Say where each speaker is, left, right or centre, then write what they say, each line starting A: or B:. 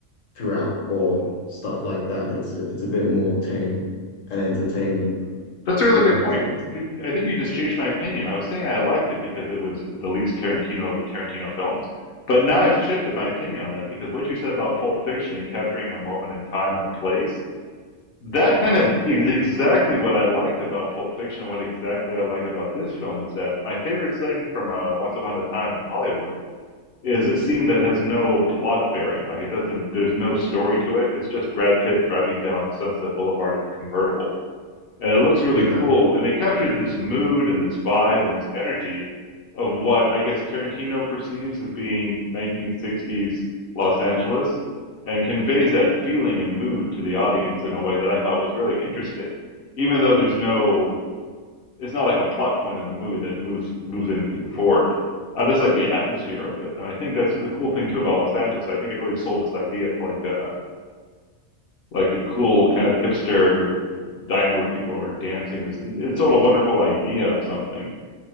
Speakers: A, on the left; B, on the left.
A: throughout or stuff like that. It's a, it's a bit more tame and entertaining
B: That's a
A: throughout.
B: really good point.
A: throughout.
B: I think you just changed my opinion. I was saying I liked it because it was the least Tarantino of the Tarantino films, but now I've shifted my opinion on that because what you said about Pulp Fiction, capturing a moment in time and a place, that kind of is exactly what I liked about Pulp Fiction and what exactly I like about this film is that my favorite thing from uh, Once Upon a Time in Hollywood is a scene that has no plot bearing. Like it doesn't, there's no story to it. It's just Brad Pitt driving down Sunset Boulevard in a convertible and it looks really
A: Yeah,
B: cool. And it captures this mood and this vibe and this energy of what I guess Tarantino perceives as being 1960s Los Angeles, and conveys that feeling and mood to the audience in a way that I thought was really interesting. Even though there's no, it's not like a plot point in the movie that moves moves anything forward. I just like the atmosphere of it, and I think that's the cool thing too about Los Angeles. I think it really sold this idea of like. uh, like a cool kind of hipster diner where people are dancing. This it's sort of a wonderful idea of something